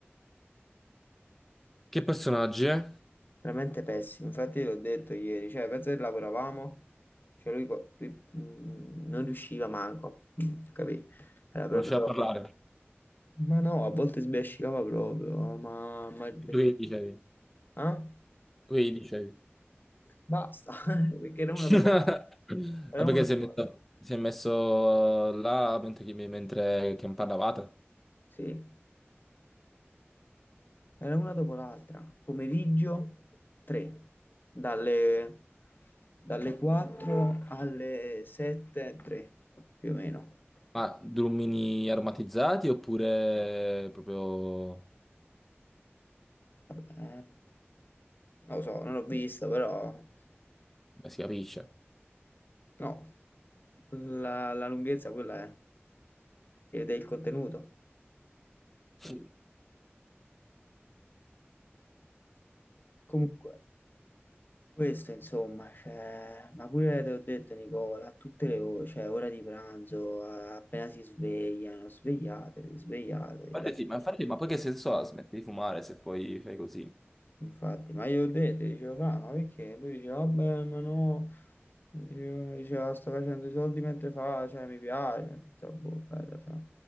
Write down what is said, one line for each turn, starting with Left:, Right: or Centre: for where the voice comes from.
Centre: Che personaggi, eh?
Left: Veramente pessimo. Infatti l'ho detto ieri, cioè penso che lavoravamo, cioè lui, qua- lui, mh, non riusciva manco, mh, capì? Era proprio...
Centre: Non c'è da parlare.
Left: Ma no, a volte sbiascicava proprio, ma, ma perché?
Centre: Tu che gli dicevi?
Left: sì. Ah?
Centre: Tu che gli dicevi?
Left: Basta, <laughs> perché era una
Centre: <laughs>
Left: dopo l'altra. Era
Centre: Ma perché
Left: una dopo
Centre: si è messo,
Left: l'altra.
Centre: si è messo là mentre, che- mentre che parlavate?
Left: Sì, era una dopo l'altra. Pomeriggio 3, dalle, dalle 4 alle 7, 3, più o meno.
Centre: Ma drummini aromatizzati oppure proprio...
Left: Vabbè, eh, non lo so, non l'ho vista, però
Centre: Beh, si capisce.
Left: no, la, la lunghezza quella è, ed è il contenuto.
Centre: <laughs>
Left: Comunque. Questo insomma, cioè, ma pure te l'ho detto Nicola, a tutte le ore, cioè ora di pranzo, a- appena si svegliano, svegliatevi, svegliatevi,
Centre: Infatti
Left: la sera.
Centre: sì, ma infatti, ma poi che senso ha? Smetti di fumare se poi fai così?
Left: Infatti, ma io ho detto, io dicevo, "Fra, ma perché? Lui diceva, vabbè, ma no, Dicevo- diceva, sto facendo i soldi mentre fa, cioè mi piace, ho detto, boh, bella, fa,